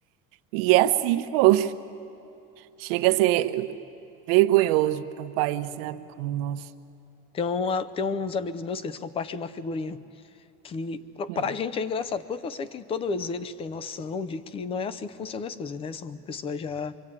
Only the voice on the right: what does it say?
E é assim, pô. Chega a ser vergonhoso para um país, sabe, como o nosso.
Hum.